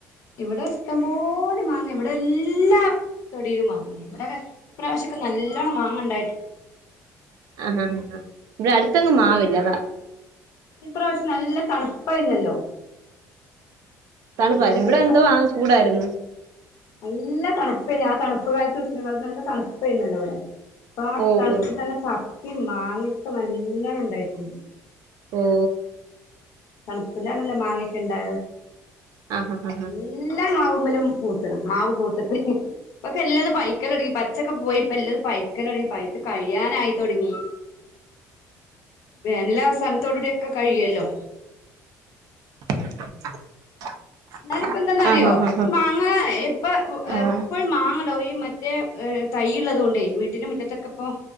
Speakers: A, on the left; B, on the right.
A: ഇവിടെ ഇഷ്ടം പോലെ മാങ്ങ ഇവിടെ എല്ലാ തൊടിയിലും മാങ്ങ ഇവിടെയൊക്കെ ഇപ്രാവശ്യക്കെ നല്ലോണം മാാങ്ങണ്ട
B: ആഹ ഹാ ഹ ഹാ ഇവിടെ അടുത്തെങ്ങും മാവില്ല അതാ
A: ഇപ്രാവശം നല്ല തണുപ്പ ഇന്നല്ലോ
B: തണുപ്പായിരുന്നു
A: നല്ല
B: ഇവിടെ എന്തോ
A: തണുപ്പ്
B: ആ ചൂടായിരുന്നു
A: നല്ല തണുപ്പായി ആ തണുപ്പ് കായത്ത് വിത് നല്ല തണുപ്പായിന്നല്ലോ ഇവിടെ അപ്പൊ ആ
B: ഓഹ്
A: തണുപ്പ
B: ഓഹ്
A: നല്ല ചപ്പി മാങ്ങൊക്കെ നല്ല എല്ലാം ഉണ്ടായിട്ടും
B: ഓഹ്
A: തണുപ്പിലാണല്ലോ മാങ്ങയൊക്കെ ഉണ്ട്
B: ആഹ് ആഹ്
A: ണ്ടാ <inaudible> എല്ലാം ആകുമ്പോ <unintelligible> പൂത്ത്ണ് മാവ് <unintelligible> പ്പക്ക് എല്ലതും പയ്ക്കനെടി പ ച്ചൊക്കെ പോയി ഇപ്പ എല്ലതും പയ്ക്കലെടി പയ്ത്ത് കഴിയനായി തൊട്ങ്ങി വെനില എസ് തൺതോട് ഉടി ക്കെ കഴിയൊല്ലോ.
B: <unintelligible>
A: ഞാനിപ്പം എന്തന്ന
B: ആഹ്
A: അറിയോ
B: ആഹ് ആഹ് ആഹ്
A: മാങ്ങ ഇപ്പൊ
B: ആഹ്
A: എപ്പോഴും മാങ്ങ ഉണ്ടാവും ഇ മറ്റേ എ തൈള്ളതൊണ്ടേ വീട്ടിന്റെ മുറ്റത്തൊക്കെ ഇപ്പം